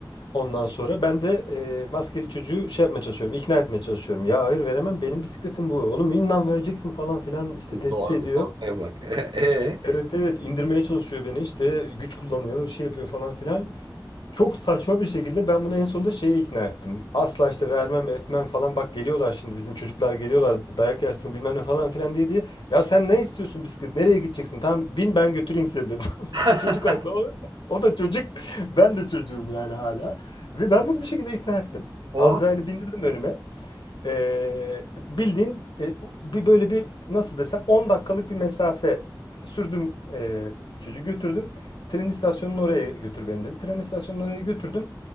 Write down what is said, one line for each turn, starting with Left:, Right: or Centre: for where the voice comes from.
Left: Ondan sonra ben de e, maskeli çocuğu şey yapmaya çalışıyorum, ikna etmeye çalışıyorum. Ya hayır veremem, benim bisikletim bu. Oğlum inan vereceksin falan filan işte
Right: Zor
Left: tehdit ediyor.
Right: zor koymak. E, e?
Left: Evet evet indirmeye çalışıyor beni işte güç kullanıyor, şey yapıyor falan filan. Çok saçma bir şekilde ben bunu en sonunda şeye ikna ettim. Asla işte vermem etmem falan bak geliyorlar şimdi bizim çocuklar geliyorlar dayak yersin bilmem ne falan filan diye diye. Ya sen ne istiyorsun bisiklet nereye gideceksin? Tamam bin ben götüreyim seni dedim.
Right: <laughs>
Left: Çocuk haklı. O, o da çocuk. Ben de çocuğum yani hala. Ve ben bunu bir şekilde ikna ettim.
Right: O
Left: Azrail'i bindirdim önüme. Ee, bildiğin e, bir böyle bir nasıl desem 10 dakikalık bir mesafe sürdüm e, çocuğu götürdüm. Tren istasyonuna oraya götür beni dedi. Tren istasyonuna oraya götürdüm.